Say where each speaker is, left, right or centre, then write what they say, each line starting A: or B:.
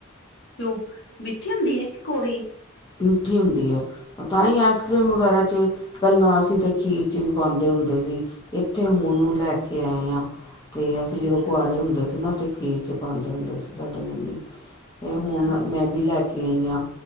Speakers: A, on the left; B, on the left.
A: ਤੇ ਓ ਮਿੱਠੀ ਹੁੰਦੀ ਹੈ ਕਿ ਕੌੜੀ?
B: ਮਿੱਠੀ ਹੁੰਦੀ ਹੈ ਓ ਤਾਂ ਈ ਐਸਕਰੀਮ ਵਗੈਰਾ 'ਚ ਪੈਲਾਂ ਅਸੀਂ ਤਾਂ ਖੀਰ ਚ ਵੀ ਪਾਂਦੇ ਹੁੰਦੇ ਸੀ ਏਥੇ ਹੁਣ ਉ ਲੈ ਕੇ ਆਏ ਆਂ। ਤੇ ਅਸੀਂ ਜਦੋਂ
A: ਅੱਛਾ
B: ਕੁਆਰੇ ਹੁੰਦੇ ਸੀ ਨਾ ਤੇ ਖੀਰ 'ਚ ਪਾਂਦੇ ਹੁੰਦੇ ਸੀ ਸਾਡੇ ਮੰਮੀ। ਤੇ
A: ਅੱਛਾ
B: ਹੁਣ ਮੈਂ ਵੀ ਲੈ ਕੇ ਆਈ ਆਂ